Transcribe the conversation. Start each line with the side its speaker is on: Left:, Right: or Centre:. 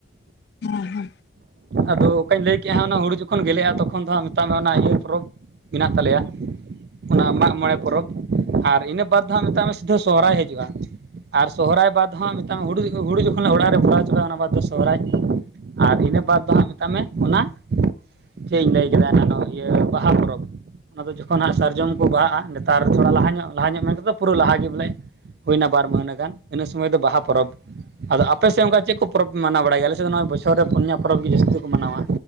Left: ᱦᱮᱸ ᱦᱮᱸ ᱾
Right: ᱟᱫᱚ ᱚᱠᱟᱧ ᱞᱟᱹᱭ ᱠᱮᱫᱮᱜᱼᱟ ᱦᱟᱸᱜ ᱚᱱᱟ ᱦᱩᱲᱩ ᱡᱚᱠᱷᱚᱱ ᱜᱮᱞᱮᱜᱼᱟ ᱛᱚᱠᱷᱚᱱ ᱫᱚ ᱦᱟᱸᱜ ᱢᱮᱛᱟᱜ ᱢᱮ ᱚᱱᱟ ᱤᱭᱟᱹ ᱯᱚᱨᱚᱵᱽ ᱢᱮᱱᱟᱜ ᱛᱟᱞᱮᱭᱟ ᱾ ᱚᱱᱟ ᱢᱟᱜ ᱢᱚᱬᱮ ᱯᱚᱨᱚᱵᱽ ᱟᱨ ᱤᱱᱟᱹ ᱵᱟᱫᱽ ᱫᱚ ᱦᱟᱸᱜ ᱢᱮᱛᱟᱜ ᱢᱮ ᱥᱤᱫᱷᱟᱹ ᱥᱚᱦᱨᱟᱭ ᱦᱤᱡᱩᱜᱼᱟ ᱟᱨ ᱥᱚᱦᱚᱨᱟᱭ ᱵᱟᱫ ᱦᱚ ᱢᱤᱫ ᱦᱩᱲᱩ ᱦᱩᱲᱩ ᱡᱚᱠᱷᱚᱱ ᱚᱲᱟᱜ ᱨᱮ ᱵᱷᱚᱨᱟᱣ ᱪᱟᱵᱟᱭᱼᱟ ᱚᱱᱟ ᱵᱟᱫᱽ ᱥᱚᱦᱚᱨᱟᱭ ᱟᱨ ᱤᱱᱟᱹ ᱵᱟᱫ ᱦᱟᱸᱜ ᱢᱮᱛᱟᱜ ᱢᱮ ᱚᱱᱟ ᱪᱮᱫ ᱤᱧ ᱞᱟᱹᱭ ᱠᱮᱫᱟ ᱮᱱᱟᱱᱜ ᱤᱭᱟᱹ ᱵᱟᱦᱟ ᱯᱚᱨᱚᱵᱽ ᱟᱫᱚ ᱡᱚᱠᱷᱚᱱ ᱦᱟᱸᱜ ᱥᱟᱨᱡᱚᱢ ᱠᱚ ᱵᱟᱦᱟᱜᱼᱟ ᱱᱮᱛᱟᱨ ᱛᱷᱚᱲᱟ ᱞᱟᱦᱟ ᱧᱚᱜ ᱞᱟᱦᱟ ᱧᱚᱜ ᱢᱮᱱ ᱠᱟᱛᱮ ᱫᱚ ᱯᱩᱨᱟᱹ ᱞᱟᱦᱟ ᱜᱮ ᱵᱚᱞᱮ ᱦᱩᱭᱱᱟ ᱵᱟᱨ ᱢᱟᱹᱦᱱᱟᱹ ᱜᱟᱱ ᱤᱱᱟᱹ ᱥᱚᱢᱚᱭ ᱫᱚ ᱵᱟᱦᱟ ᱯᱚᱨᱚᱵᱽ ᱟᱫᱚ ᱟᱯᱮ ᱥᱮᱫ ᱚᱱᱠᱟ ᱪᱮᱫ ᱠᱚ ᱯᱚᱨᱚᱵᱽ ᱢᱟᱱᱟᱣ ᱵᱟᱲᱟᱭ ᱜᱮᱭᱟ ᱟᱞᱮ ᱥᱮᱫ ᱫᱚ ᱱᱚᱣᱟ ᱵᱚᱪᱷᱚᱨ ᱨᱮ ᱯᱩᱱᱭᱟ ᱯᱚᱨᱚᱵᱽ ᱜᱮ ᱡᱟᱹᱥᱛᱤ ᱠᱚ ᱢᱟᱱᱟᱣᱟ